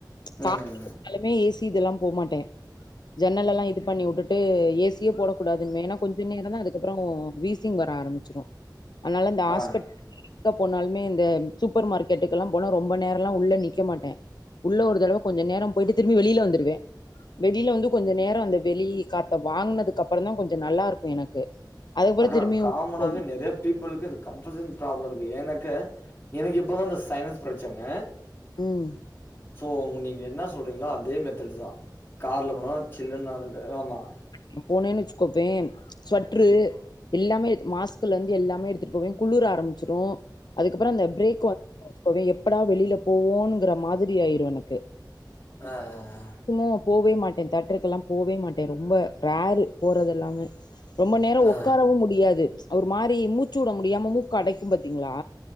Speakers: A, on the left (about 30°); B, on the left (about 65°).
A: ம்
B: கார் இருந்தாலுமே ஏசி இதெல்லா போ மாட்டே ஜன்னல் எல்லா இது பண்ணி உட்டுட்டு ஏசியே போடக்கூடாதும்பே ஏன்னா கொஞ்ச நேரந்தா அதுக்கப்பு றோ வீசிங் வர ஆரம்பிச்சிரு அதனால இந்த ஹாஸ்பிட்
A: ஆ
B: எங்க போனாலுமே இந்த சூப்பர் மார்க்கெட்டுக்குல்லா போனா ரொம்ப நேரல்லா உள்ள நிக்க மாட்டே உள்ள ஒரு தடவ கொஞ்ச நேரம் போயிட்டு திரும்பி வெளில வந்துருவே வெளில வந்து கொஞ்ச நேர அந்த வெளி காத்த வாங்குனதுக்கு அப்பறந்தா கொஞ்ச நல்லாருக்கும் எனக்கு அதுக்கப்புறோ
A: அதா
B: திரும்பியு
A: காமனாவே
B: உள்ள போவே
A: நெறைய பீப்புளுக்கு இந்த கம்ப்ரசன் இருக்கு ஏன்னாக்கா எனக்கு இப்பதா இந்த சைனஸ் பிரச்சன
B: ம்
A: சோ நீங்க என்ன சொல்றீங்களோ அதே மெத்தட் தா கார்ல போனா சில்லுனா இருக்கு ஆமா
B: நா போனேன்னு வச்சுக்கோப்பேன் சொட்ரு எல்லாமே மாஸ்க்லேருந்து எல்லாமே எடுத்துட்டு போவே குளுர ஆரம்பிச்சிரு அதுக்கப்பற அந்த பிரேக் <inaudible> எப்படா வெளியில போவோனுங்குற மாதிரி ஆயிடு எனக்கு
A: ஆ ஆ ஆ
B: சும்மா நா போவே மாட்டே தேட்ருக்கெல்லா போவே மாட்டே ரொம்ப ரேரு போறது எல்லாமே ரொம்ப நேரோ
A: ஆ
B: ஒக்காரவு முடியாது ஒரு மாறி மூச்சு விட முடியாம மூக்கடைக்கு பாத்தீங்ளா